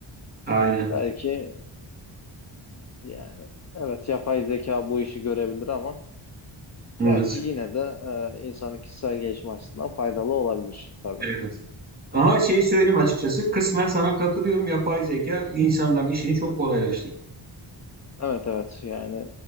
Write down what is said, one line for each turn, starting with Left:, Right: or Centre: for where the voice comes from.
Right: Aynen.
Left: Belki yani evet yapay zeka bu işi görebilir ama
Right: Evet.
Left: belki yine de e, insanın kişisel gelişim açısından faydalı olabilir tabii.
Right: Evet. Ama şeyi söyleyeyim açıkçası. Kısmen sana katılıyorum. Yapay zeka insanların işini çok kolaylaştırdı.
Left: Evet evet yani e,